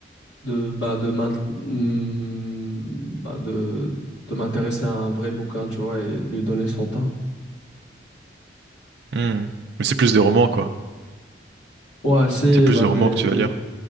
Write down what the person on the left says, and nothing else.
de, bah, de m'int- hmm, bah, de, de m'intéresser à un vrai bouquin, tu vois, et de lui donner son temps.
Ouais, c'est
ben
des,
des